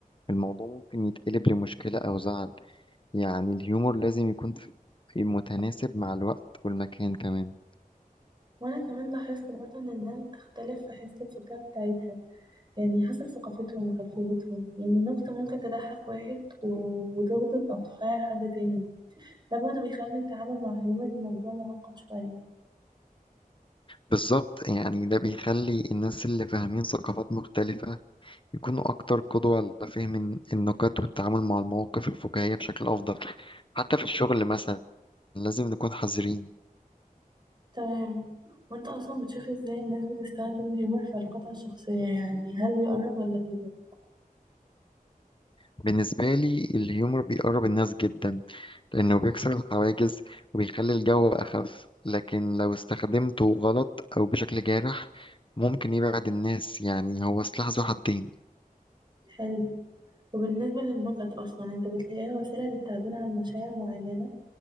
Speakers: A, on the left; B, on the right.
A: الموضوع ممكن يتقلب لمشكلة أو زعل يعني الهيومور لازم يكون في- متناسب مع الوقت والمكان كمان
B: وأنا كمان لاحظت برضه إن الناس بتختلف في حس الفكاهة بتاعتها يعني حسب ثقافتهم وخلفيتهم يعني نكتة ممكن تضحك واحد و- وتغضب أو تحير حد تاني ده برضه بيخلي التعامل مع هيومر الموضوع معقد شوية
A: بالظبط يعني ده بيخلي الناس اللي فاهمين ثقافات مختلفة يكونوا أكتر قدوة على فهم الن- النكت والتعامل مع المواقف الفكاهية بشكل أفضل حتى في الشغل مثلا لازم نكون حذرين
B: تمام وانت أصلا بتشوف ازاي الناس بتستخدم الهيومر في علاقاتها الشخصية يعني هل بيقرب ولا بيبعد
A: بالنسبة لي الهيومر بيقرب الناس جدا لأنه بيكسر الحواجز وبيخلي الجو أخف لكن لو استخدمته غلط أو بشكل جارح ممكن يبعد الناس يعني هو سلاح ذو حدين
B: حلو وبالنسبة للنكت أصلا انت بتلاقيها وسيلة للتعبير عن مشاعر معينة